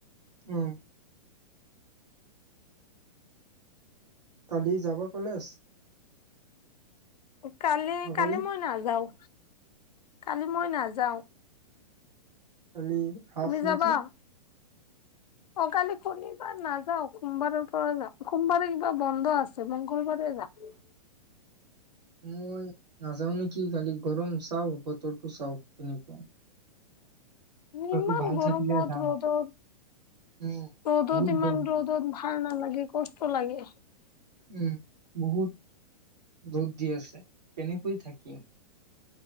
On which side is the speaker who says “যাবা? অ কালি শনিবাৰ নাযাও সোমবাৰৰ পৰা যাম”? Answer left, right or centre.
Left